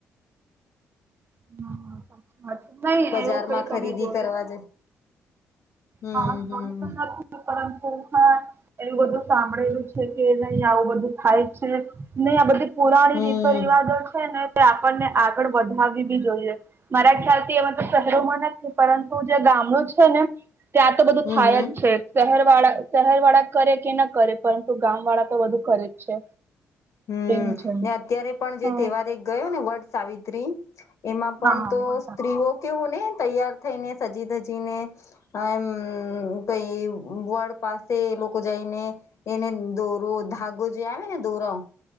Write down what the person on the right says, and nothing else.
હા. હ નહી
એવું કઈ
તમે જોયું
હા
જોયું તો નથી પરંતુ હા એવું બધું સાંભળેલું છે કે નહી આવું બધું થાય છે નહી આ બધું પુરાણી
રીતો રિવાજો છે ને તે આપણને આગળ વધાવી જોઈએ મારા ખ્યાલ થી એ મતલબ શહેરોમાં નથી પરંતુ જે ગામડું છે ને ત્યાં તો બધું
થાય
જ છે. શહેર વાળા શહેર વાળા કરે કે ના કરે પરંતુ ગામ વાળા તો વધુ કરે જ છે.
એવું છે
હા
હા